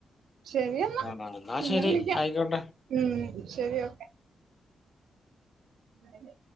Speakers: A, on the right; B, on the left.
A: ശരി എന്നാ
B: ആ എന്നാ
A: പിന്നെ
B: ശരി
A: വിളിക്കാം
B: ആയിക്കോട്ടെ
A: ഉം ശരി ഓക്കെ അതെ